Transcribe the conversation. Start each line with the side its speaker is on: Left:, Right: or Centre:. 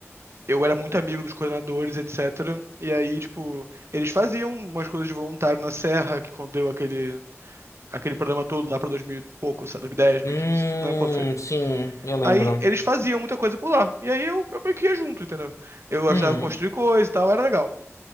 Right: eu era muito amigo dos coordenadores, etc. E aí, tipo, eles faziam umas coisas de voluntário na Serra, que quando deu aquele, aquele problema todo lá pra 2000 e pouco, sabe, 2010, 2015,
Left: Hum,
Right: não lembro quando foi.
Left: sim, eu lembro.
Right: Aí eles faziam muita coisa por lá. E aí eu, eu meio que ia junto, entendeu? Eu ajudava
Left: Uhum.
Right: a construir coisa e tal, era legal.